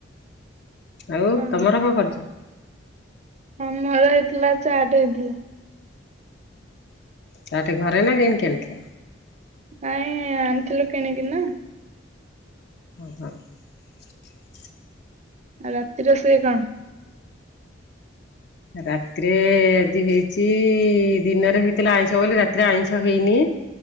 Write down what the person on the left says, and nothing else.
ଆଉ
ତମର କଣ କରିଛ?
ଚାଟ ଘରେ ନା କିଣିକି ଆଣିଥିଲ?
ହୁଁ ହୁଁ ।
ରାତିରେ ଆଜି ହେଇଛି ଦିନରେ ହେଇଥିଲା ଆଇଁଷ ବୋଲି ରାତିରେ ଆଇଁଷ ହେଇନି